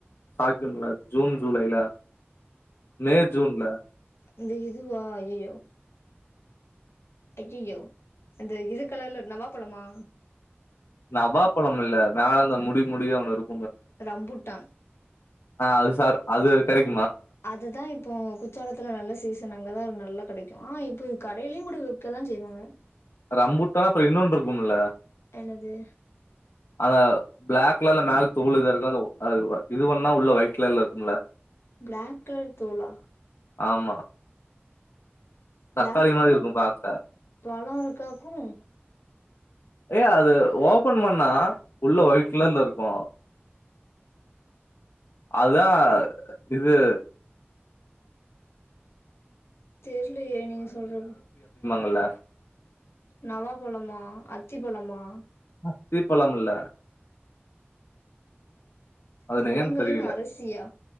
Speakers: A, on the left; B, on the left.
A: காய்கும்ல ஜூன் ஜூலைல மே ஜூன்ல
B: இந்த இதுவா ஐய்யயோ ஐய்யயோ அந்த இது கலர்ல நவா பழமா
A: நவா பழம் இல்ல நா அதுல முடி முடி ஒன்னு இருக்கு
B: ரம்புட்டான்
A: ஆ அது சாப் அது கெடைக்கு
B: அதுதா இப்போ குற்றாலத்ல நல்ல சீசன் அங்கதா நல்லா கெடைக்கு ஆ இப்போ கடைலயு கூட விக்கதா செய்வாங்க
A: ரம்புட்டானா அப்றோ இன்னோன்னு இருக்கும்ல
B: என்னது
A: அந்த ப்ளாக் கலர்ல மேல தூள் இதா இருக்கு இது பண்ணா உள்ள ஒயிட் கலர்ல இருக்கும்ல
B: ப்ளாக் கலர் தோலா
A: ஆமா
B: ப்ளப்ளாக்
A: தக்காளி
B: கலர்ல
A: மாரி இருக்கு பாக்க
B: பழோ இருக்காக்கு
A: ஏ அத ஓபன் பண்ணா உள்ள வைட் கலர்லருக்கு அதா இது
B: தெர்லயே நீங்க சொல்றது
A: அல்ல
B: நவா பழமா அத்தி பழமா
A: அத்தி பழம் இல்ல அது
B: பழங்களின்
A: நேம் தெரியல
B: அரசியா